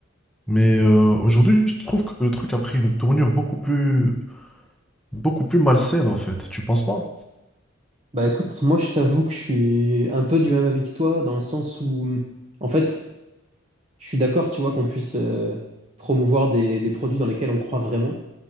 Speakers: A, in the centre; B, on the right.
A: Mais euh, aujourd'hui, je trouve que le truc a pris une tournure beaucoup plus, beaucoup plus malsaine en fait. Tu penses pas?
B: Bah écoute, moi je t'avoue que je suis un peu du même avis que toi, dans le sens où en fait je suis d'accord, tu vois, qu'on puisse euh, promouvoir des, des produits dans lesquels on croit vraiment,